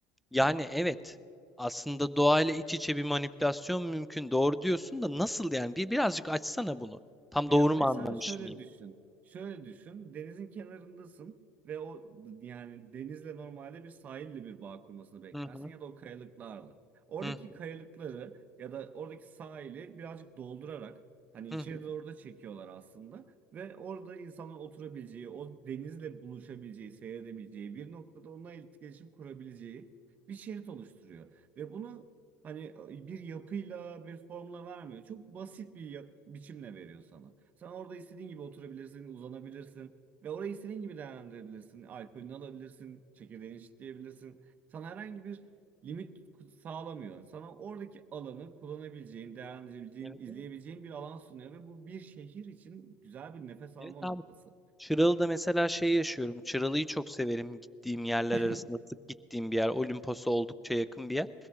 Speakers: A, in the centre; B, on the right.
A: Yani evet. Aslında doğayla iç içe bir manipülasyon mümkün. Doğru diyorsun da nasıl yani? Bir birazcık açsana bunu. Tam
B: Ya
A: doğru
B: mesela
A: mu anlamış
B: şöyle
A: mıyım?
B: düşün. Şöyle düşün. Denizin kenarındasın ve o d- yani denizle normalde bir sahille bir bağ kurmasını beklersin
A: Hı hı.
B: ya da o kayalıklarla. Oradaki
A: Hı
B: kayalıkları ya da oradaki sahili birazcık doldurarak hani
A: hı.
B: içeri
A: hı.
B: doğru da çekiyorlar aslında ve orada insanlar oturabileceği, o denizle buluşabileceği, seyredebileceği, bir noktada onunla iletişim kurabileceği bir şerit oluşturuyor. Ve bunu Hani bir yapıyla bir formla vermiyor. Çok basit bir ya- biçimle veriyor sana. Sen orada istediğin gibi oturabilirsin, uzanabilirsin ve orayı istediğin gibi değerlendirebilirsin. Alkolünü alabilirsin, çekirdeğini çitleyebilirsin. Sana herhangi bir limit sağlamıyor. Sana oradaki alanı kullanabileceğin, değerlendirebileceğin,
A: Evet
B: izleyebileceğin
A: evet.
B: bir alan sunuyor ve bu bir şehir için güzel bir nefes alma
A: Evet abi.
B: noktası.
A: Çıralı'da mesela şey yaşıyorum. Çıralı'yı çok severim gittiğim yerler
B: <laughs>
A: arasında. Sık gittiğim bir yer. Olimpos'a oldukça yakın bir yer.